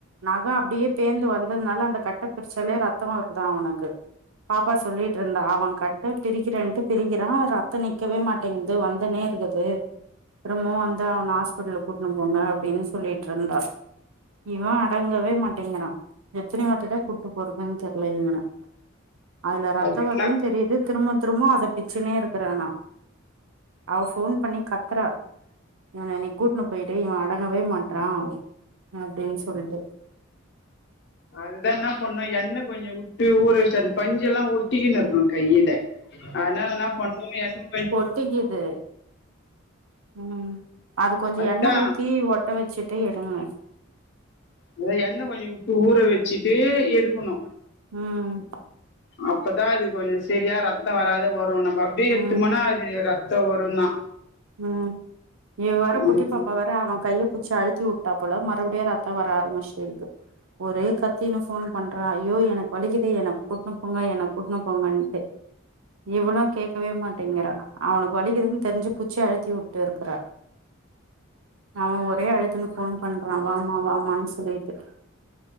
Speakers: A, on the right; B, on the left.
A: நகோ அப்டியே பேந்து வந்ததுனால அந்த கட்ட பிரிச்சாலே ரத்தோ வருதா அவனுக்கு பாப்பா சொல்லிட்டு இருந்தா அவ கட்ட பிரிக்கிறன் டு பிரிக்கிறா ரத்தோ நிக்கவே மாட்டேங்குது வந்துனே இருக்குது அப்புறமும் வந்து அவன ஹாஸ்பிட்டலுக் கூட்னு போங்க அப்டின்னு சொல்லிட்டு இருந்தா இவ அடங்கவே மாட்டேங்கிறா எத்தன வாட்டிதா கூட்டு போறதுன்னு தெர்ல இவன அதுல ரத்த
B: அது
A: வருதுன்னு
B: என்ன
A: தெரிது திரும்ப திரும்பவு அத பிச்சுனே இருக்கறானா அவ ஃபோன் பண்ணி கத்தறா இவன நீ கூட்னு போயிடு இவே அடங்கவே மாட்றா அப்டின்னு சொல்லிட்டு
B: அதுதா என்ன பண்ணு எண்ணெ கொஞ்சோ உட்டு ஊற வச்ச அது பஞ்சுல்லா ஒட்டிக்கின்னு இருக்கணு கையில அதனால என்ன பண்ணுவோ என் <inaudible>
A: ஒட்டிக்கிது ம் அது கொஞ்சோ
B: அதுதா
A: எண்ணெ ஊத்தி ஒட்ட வச்சுட்டு எடுங்க
B: அத எண்ணெ கொஞ்சோ உட்டு ஊற வச்சிட்டு எடுக்கணு
A: ம்
B: அப்பதா அது கொஞ்சோ செரியா ரத்தோ வராத வரு நம்ப அப்டியே எத்துபோனா
A: ம்
B: அது ரத்தோ வருந்தா
A: ம் இவவேற குட்டி
B: ம்
A: பாப்பா வேற அவ கைய பூச்சி அழுத் தி உட்டா போல மறுபடியு ராத்தோ வர ஆரம்பிச்சுனுருக்கு ஒரே கத்தின்னு ஃபோன் பண்றா ஐயோ எனக்கு வலிக்கிதே என்ன கூட்னு போங்க என்ன கூட்னு போங்கன்டு இவளு கேட்கவே மாட்டேங்கிறா அவனுக்கு வலிக்குதுன்னு தெரிஞ்சு புடுச்சி அழுத்தி உட்டுருக்குறா அவ ஒரே அழுதுன்னு போன் பண்றா வாம வாமான்னு சொல்லிட்டு